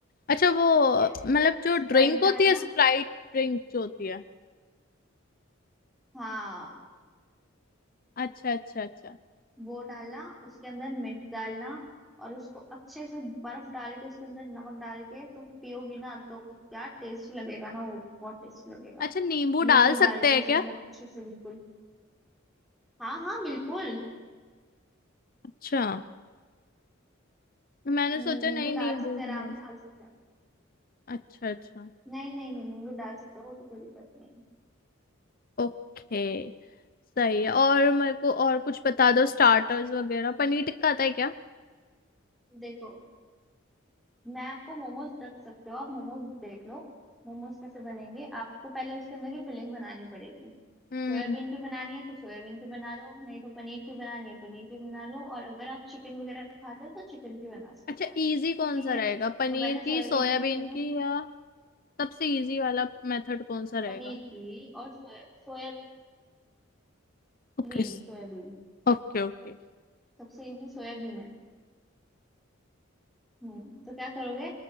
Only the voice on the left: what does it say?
अच्छा वो
मतलब
जो
ड्रिंक
होती है स्प्राइट ड्रिंक जो होती है
अच्छा अच्छा अच्छा
अच्छा नींबू
डाल सकते
हैं
क्या
अच्छा मैंने
सोचा
नहीं नींबू
भी
ना
अच्छा अच्छा
ओके सही है और मेरे को और कुछ बता
दो स्टार्टर्स वगैरह पनीर टिक्का आता है क्या
हम्म
अच्छा
इजी
कौन सा
रहेगा
पनीर
की सोयाबीन
की
या सबसे इजी वाला मेथड कौन सा रहेगा
ओके
Okay okay